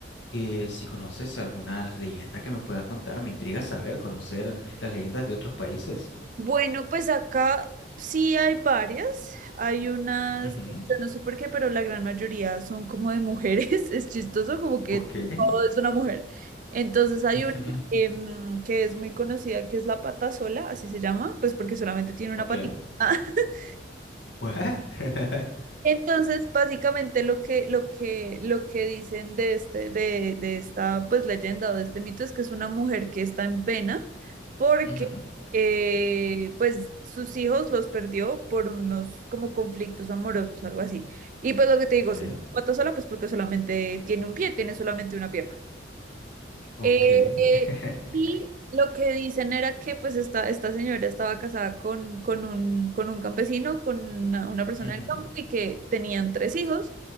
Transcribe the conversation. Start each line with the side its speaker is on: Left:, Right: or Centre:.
Left: que si conoces algunas leyendas que me puedas contar. Me intriga saber, conocer las leyendas de otros países.
Right: Bueno, pues acá sí hay varias. Hay unas,
Left: Ujú,
Right: yo no sé por qué, pero la gran mayoría son como de mujeres. <laughs> Es chistoso, como que
Left: Ok. <laughs>
Right: todo es una mujer. Entonces hay
Left: Ujú,
Right: una em, que es muy conocida, que es la pata sola, así se llama, pues porque solamente tiene una
Left: Ok.
Right: patita. <laughs>
Left: ¿What? <laughs>
Right: Entonces, básicamente lo que, lo que, lo que dicen de este, de, de esta pues leyenda o de este mito es que es una mujer que está en pena porque
Left: Ujú,
Right: eh, pues sus hijos los perdió por unos como conflictos amorosos, algo así. Y pues lo que te digo,
Left: Ok,
Right: se mató sola pues porque solamente tiene un pie, tiene solamente una pierna.
Left: ok.
Right: Eh, eh,
Left: <laughs>
Right: y lo que dicen era que pues esta, esta señora estaba casada con, con un, con un campesino, con una, una persona
Left: Ujú,
Right: del campo y que tenían tres hijos,